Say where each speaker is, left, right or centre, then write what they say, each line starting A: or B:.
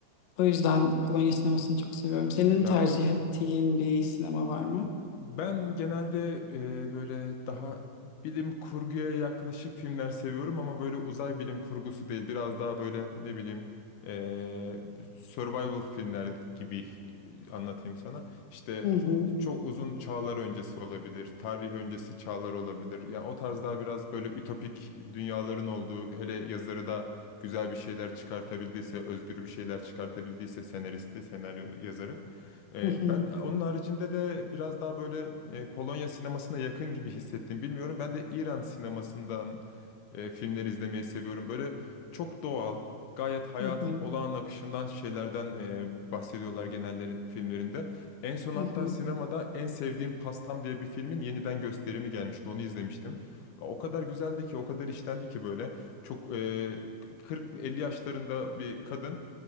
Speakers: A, on the left; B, on the left.
A: O yüzden Polonya sinemasını çok seviyorum. Senin
B: Ya
A: tercih ettiğin bir sinema var mı?
B: Ben genelde e, böyle daha bilim kurguya yaklaşık filmler seviyorum ama böyle uzay bilim kurgusu değil. Biraz daha böyle ne bileyim e, survival filmler gibi anlatayım sana. İşte
A: Hı hı,
B: çok uzun çağlar öncesi olabilir, tarih öncesi çağlar olabilir. Yani o tarz daha biraz böyle ütopik dünyaların olduğu, hele yazarı da güzel bir şeyler çıkartabildiyse, özgür bir şeyler çıkartabildiyse senaristi, senaryo yazarı. E,
A: hı hı,
B: ben onun haricinde de biraz daha böyle e, Polonya sinemasına yakın gibi hissettim. Bilmiyorum ben de İran sinemasından e, filmleri izlemeyi seviyorum. Böyle çok doğal, gayet hayatın
A: hı hı,
B: olağan akışından şeylerden e, bahsediyorlar genelleri filmlerinde. En son
A: hı
B: hatta
A: hı,
B: sinemada En Sevdiğim Pastam diye bir filmin yeniden gösterimi gelmişti. Onu izlemiştim. O kadar güzeldi ki, o kadar işlendi ki böyle. Çok e, 40-50 yaşlarında bir kadın